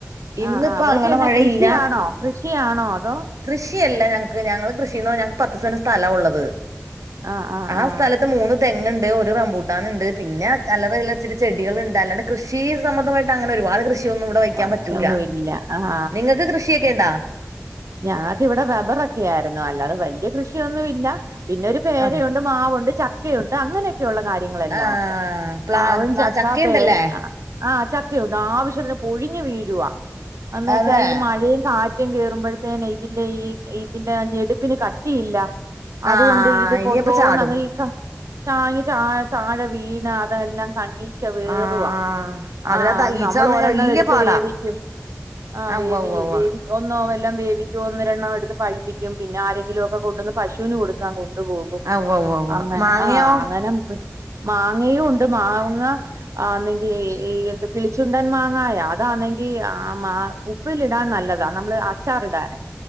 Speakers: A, on the right; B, on the right.
A: ഇന്നിപ്പോ
B: ആഹ് ആഹ് അവിടൊക്കെയെന്നാ
A: അങ്ങനെ മഴയില്ല
B: കൃഷിയാണോ കൃഷിയാണോ അതോ
A: കൃഷിയല്ല ഞങ്ങക്ക് ഞങ്ങള് കൃഷീന്ന് പറഞ്ഞ ഞങ്ങക്ക് പത്ത് സെന്റ് സ്ഥലാ ഉള്ളത്
B: ആഹ് ആഹ്
A: ആ
B: ആഹ്
A: സ്ഥല ത്ത് മൂന്ന് തെങ്ങ്ണ്ട് ഒര് റമ്പൂ ട്ടാന്ണ്ട് പിന്നെ അല്ലറ ചില്ലറ ഇച്ചിരി ചെടികള്ണ്ട് അല്ലാണ്ട് കൃഷി സംബന്ധമായിട്ട് അങ്ങനെ ഒരുപാട് കൃഷി ക്കൊന്നും ഇവ്ടെ വയ്ക്കാൻ
B: വർഷൊന്നും
A: പറ്റൂല
B: ഇല്ല ആഹ്
A: നിങ്ങക്ക് കൃഷിയൊക്കെ ഇണ്ടാ?
B: ഞങ്ങക്കിവിടെ റബറൊക്കെയാര്ന്നു അല്ലാതെ വല്ല്യ കൃഷിയൊന്നുവില്ല പിന്നൊര് പേരയുണ്ട്
A: അതെ
B: മാവൊണ്ട് ചക്കയൊണ്ട് അങ്ങനെ യൊള്ള കാര്യങ്ങളെല്ലാം
A: ആഹ്
B: ഒണ്ട്
A: പ്ലാ
B: മാവും
A: മ-
B: ചക്കാ
A: ചക്കയുണ്ടല്ലേ
B: പേര ആഹ് ചക്കയുണ്ട് ആവശ്യത്തിന് പൊഴിഞ്ഞു വീഴുവാ എന്നുവെച്ചാ
A: അതെ
B: ഈ മഴയും കാ റ്റും കേറുമ്പഴത്തേനെ ഇതിന്റെ ഈ ഇതിന്റെ ഞെടുപ്പിന് കട്ടിയില്ല. അതുകൊണ്ട്
A: ആഹ്
B: ഇത് പൊത്തോന്നങ്ങ്
A: ഇനിയപ്പ ചാടും
B: ലീക്ക താങ്ങി ചായ താഴെ വീണ് അതെല്ലാം കണ്ണി പക്ഷേ വേറുവാ
A: ആഹ് അതിനകത്ത്
B: ആഹ്
A: ഈച്ച
B: നമ്മൾ
A: വന്ന്
B: ഒരെണ്ണം
A: കഴിഞ്ഞാ വല്യ
B: എടുത്ത്
A: പാടാ
B: വേവിക്കും. ആഹ്
A: ആ
B: വേവി
A: ഉവ്വ ഉവ്വ ഉവ്വ
B: വേവി ഒന്നോ എല്ലാം വേ വിക്കും ഒന്നരണ്ണം എടുത്ത് പഴിപ്പിക്കും പിന്നെ ആരെങ്കിലൊക്കെ കൊണ്ടുന്ന് പശുവിന് കൊടുക്കാൻ കൊണ്ട് പോകും.
A: ആ ഉവ്വ ഉവ്വ ഉവ്വ
B: അങ്ങനെ
A: മാങ്ങയോ
B: ആഹ് അങ്ങനെ മാങ്ങയും ഉണ്ട് മാങ്ങ ആന്നെങ്കി ഈഹ് എന്ത് കിളിച്ചുണ്ടൻ മാങ്ങായ അതാന്നെങ്കി ആ മാ ഉപ്പിലിടാൻ നല്ലതാ നമ്മള് അച്ചാർ ഇടാൻ.